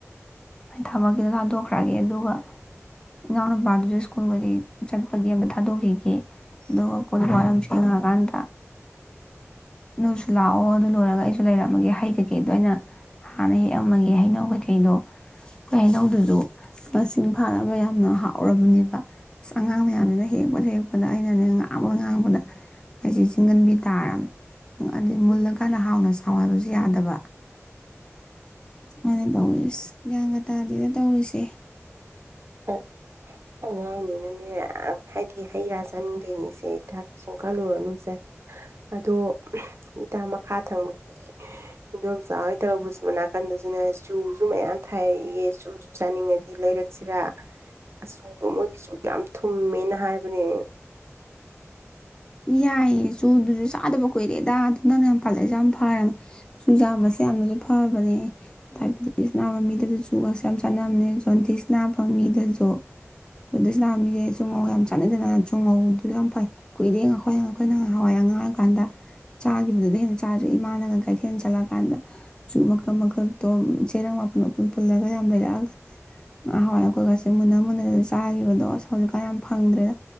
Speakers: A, on the left; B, on the right.
A: ꯊꯕꯛꯀꯤꯗꯣ ꯊꯥꯗꯣꯛꯈ꯭ꯔꯒꯦ ꯑꯗꯨꯒ ꯏꯅꯥꯎꯅꯨꯄꯥꯗꯨꯁꯨ ꯁ꯭ꯀꯨꯜ ꯀꯩ ꯆꯠꯄꯒꯤ ꯑꯝꯇ ꯊꯥꯗꯣꯛꯈꯤꯒꯦ ꯑꯗꯨꯒ ꯀꯣ ꯋꯥꯔ ꯑꯃ ꯌꯦꯡꯉꯑꯀꯥꯟꯗ ꯅꯣꯏꯁꯨ ꯂꯥꯛꯑꯣ ꯑꯗꯨ ꯂꯣꯏꯔꯒ ꯑꯩꯁꯨ ꯂꯩꯔꯝꯃꯒꯦ ꯍꯥꯏꯩꯒ ꯀꯗꯅ ꯍꯥꯟꯅꯩ ꯑꯃꯒꯤ ꯍꯩꯅꯧ ꯀꯩꯀꯩꯗꯣ ꯍꯩꯅꯧꯗꯨꯁꯨ ꯃꯁꯤꯡ ꯐꯥꯅꯕ ꯌꯥꯝꯅ ꯍꯥꯎꯔꯕꯅꯦꯕ ꯑꯁ ꯑꯉꯥꯡ ꯃꯌꯥꯝꯁꯤꯅ ꯍꯦꯛꯄꯗ ꯍꯦꯛꯄꯗ ꯑꯩꯅꯅꯦ ꯉꯥꯡꯕ ꯉꯥꯡꯕꯗ ꯑꯩꯁꯦ ꯆꯤꯡꯒꯟꯕꯤ ꯇꯥꯔꯕꯃꯦ ꯎ ꯑꯗꯤ ꯃꯨꯜꯂꯒꯥꯟꯟꯅ ꯍꯥꯎꯅ ꯁꯥꯎꯋꯕꯁꯨ ꯌꯥꯗꯕ ꯑꯗꯨꯃꯥꯏꯅ ꯇꯧꯔꯤ ꯒ꯭ꯌꯥꯟꯀꯇꯥꯗꯗ ꯇꯧꯔꯤꯁꯦ
B: ꯑꯣ
A: ꯎꯝ
B: ꯑꯉꯥꯡꯅꯤꯅꯅꯦ ꯍꯥꯏꯗꯤ ꯍꯩ ꯔꯥ ꯆꯥꯅꯤꯡꯗꯣꯏꯅꯤ ꯁꯤꯦ ꯀꯩꯁꯨꯝ ꯀꯜꯂꯨꯔꯅꯨꯁꯦ ꯑꯗꯣ ꯏꯇꯥ ꯃꯈꯥ ꯊꯪꯕꯒꯤ ꯏꯗꯣꯝꯆꯥꯥ ꯍꯣꯏ ꯇꯧꯔꯧꯕꯁꯤ ꯅꯥꯀꯟꯗꯁꯨꯅꯦ ꯆꯨꯁꯨ ꯃꯌꯥꯝ ꯊꯥꯏꯔꯛꯏꯑꯦ ꯆꯨꯁꯨ ꯆꯥꯅꯤꯡꯉꯗꯤ ꯂꯩꯔꯛꯁꯤꯔꯥ ꯑꯆꯨꯗꯣ ꯃꯣꯏꯒꯤ ꯆꯨꯗꯣ ꯌꯥꯝ ꯊꯨꯝꯃꯦꯅ ꯍꯥꯏꯕꯅꯦ
A: ꯌꯥꯏꯁꯨ ꯑꯗꯨꯁꯨ ꯆꯥꯗꯕ ꯀꯨꯏꯔꯦꯗ ꯑꯗꯨ ꯅꯪꯅ ꯌꯥꯝ ꯄꯥꯜꯂꯛꯑꯁꯦ ꯌꯥꯝ ꯐꯔꯦꯕ ꯆꯨꯖꯥꯕꯁꯦ ꯌꯥꯝꯅꯁꯨ ꯐꯕꯅꯦ ꯗꯥꯏꯕꯦꯇꯤꯁ ꯅꯥꯕ ꯃꯤꯗꯁꯨ ꯉꯛꯁ ꯌꯥꯝ ꯆꯥꯟꯅꯕꯅꯦ ꯖꯣꯟꯗꯤꯤꯁ ꯅꯥꯕ ꯃꯤꯗꯁꯨ ꯖꯣꯟꯗꯤꯤꯁ ꯅꯥꯕ ꯃꯤꯗ ꯇꯥꯎ ꯌꯥꯝ ꯆꯥꯟꯅꯖꯅ ꯐꯉꯣ ꯑꯗꯨ ꯌꯥꯝ ꯐꯩ ꯀꯨꯏꯔꯦ ꯑꯩꯈꯣꯏꯅ ꯑꯩꯈꯣꯏꯅ ꯉꯥꯍꯥꯟꯋꯥꯏ ꯑꯉꯥꯡ ꯑꯣꯏꯔꯤ ꯀꯥꯟꯗ ꯆꯥꯒꯤꯕꯗꯨꯗꯩ ꯍꯦꯟꯅ ꯆꯥꯗ꯭ꯔꯤ ꯏꯃꯥꯅꯒ ꯀꯩꯊꯦꯜ ꯆꯠꯂꯛ ꯀꯥꯟꯗ ꯁꯨ ꯃꯈꯜ ꯃꯈꯜ ꯇꯣ ꯆꯦꯔꯡ ꯃꯥꯄꯨꯟ ꯃꯄꯨꯟ ꯄꯨꯨꯜꯂꯒ ꯌꯥꯝ ꯂꯩꯔꯛꯑꯒ ꯉꯥꯍꯥꯟꯋꯥꯏ ꯑꯩꯈꯣꯏꯒꯁꯦ ꯃꯨꯟꯅ ꯃꯨꯟꯅꯗꯅ ꯆꯥꯒꯤꯕꯗꯣ ꯑꯁ ꯍꯧꯖꯤꯛꯀꯥꯟ ꯌꯥꯝ ꯐꯪꯗ꯭ꯔꯦꯗ